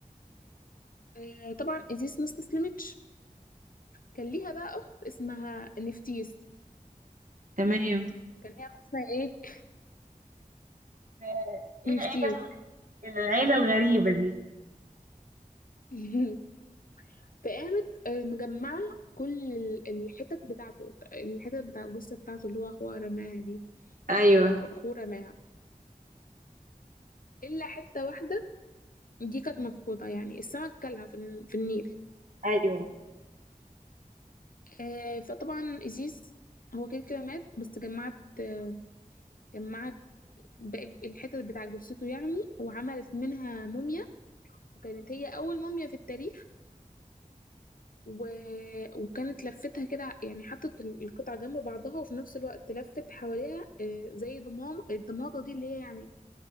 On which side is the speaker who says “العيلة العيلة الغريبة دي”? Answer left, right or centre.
Right